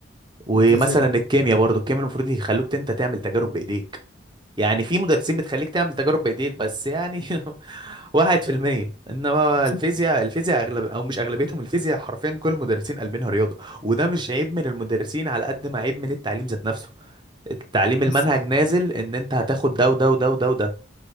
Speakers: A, on the right (about 25°); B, on the left (about 65°).
A: ومثلا
B: في الفيزياء
A: الكيمياء برضو الكيمياء المفروض يخلوك انت تعمل تجارب بايديك يعني في مدرسين بتخليك تعمل تجارب بايديك بس يعني <laughs> واحد في المية انما
B: بس
A: الفيزياء الفيزياء اغلب او مش اغلبيتهم الفيزياء حرفيا كل المدرسين قلبينها رياضة وده مش عيب من المدرسين على قد ما عيب من التعليم ذات نفسه التعليم المنهج
B: بس
A: نازل ان انت هتاخد ده وده وده وده وده